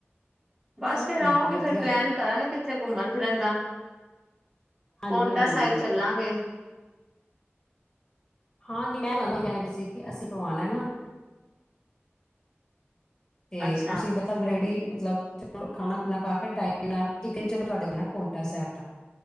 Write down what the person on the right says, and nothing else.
ਬਸ
ਫੇਰ
ਆਓਗੇ
ਫੇਰ ਪਲੈਨ ਕਰਾਂਗੇ ਕਿੱਥੇ ਘੁੰਮਣ ਫਿਰਨ ਦਾ
ਪੋਂਟਾ
ਸਾਹਿਬ ਚੱਲਾਂਗੇ
ਅੱਛਾ